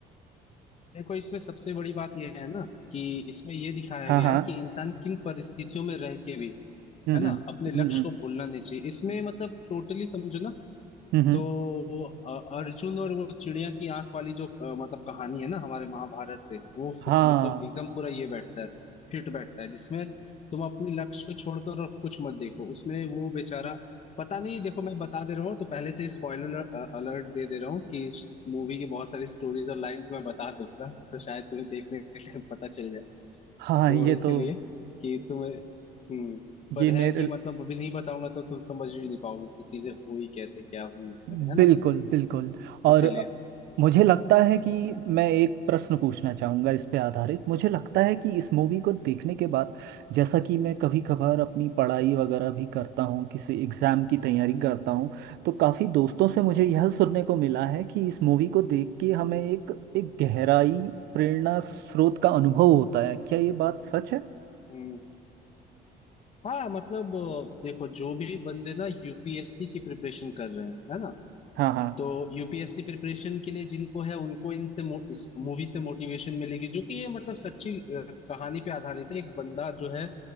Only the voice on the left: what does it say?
देखो इसमें सबसे बड़ी बात यह है ना कि इसमें यह दिखाया
गया
है कि इंसान किन परिस्थितियों में रह के भी
है ना
अपने लक्ष्य
को भूलना नहीं चाहिए इसमें मतलब टोटली समझो ना
तो अ- अर्जुन और वो चिड़िया की आंख वाली जो अ, मतलब कहानी है ना हमारे महाभारत से वो फ-
मतलब एकदम पूरा ये बैठता है फिट बैठता है जिसमें तुम अपने लक्ष्य को छोड़कर और कुछ मत देखो उसमें वो बेचारा पता नहीं देखो मैं बता दे रहा हूँ तो पहले से ही स्पॉइलर अलर्ट दे दे रहा हूँ कि इस मूवी की बहुत सारी स्टोरीज और लाइंस मैं बता दूंगा तो शायद तुम्हें देखने के टाइम पता चल जाए
तो
इसीलिए
कि तुम्हें हम्म पर
है कि मतलब अभी नहीं बताऊंगा तो तुम समझ भी नहीं पाओगे कि चीजें हुई कैसे क्या हुई इसमें
है ना
इसीलिए
हम्म,
हम्म,
हम्म हाँ मतलब अ, देखो जो भी बंदे ना यूपीएससी की प्रिपरेशन कर रहे हैं है ना
तो यूपीएससी प्रिपरेशन के लिए जिनको है उनको इनसे मो, इस मूवी से मोटिवेशन मिलेगी जो कि ये मतलब सच्ची अ, कहानी पे आधारित है एक बंदा जो है